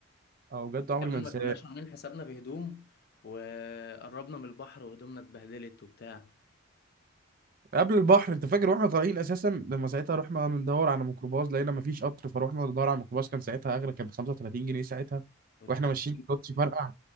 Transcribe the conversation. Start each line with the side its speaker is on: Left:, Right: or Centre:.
Right: او بجد عمري
Left: كمان
Right: ما انساه
Left: ما كناش عاملين حسابنا في هدوم وقربنا من البحر وهدومنا اتبهدلت وبتاع
Right: قبل البحر انت فاكر واحنا طالعين اساسا لما ساعتها رحنا ندور على ميكروباص لقينا مفيش قطر فروحنا ندور على ميكروباص كان ساعتها اغلى كان ب 35 جنيه ساعتها
Left: واتبهدلنا
Right: واحنا ماشيين الكوتش فرقع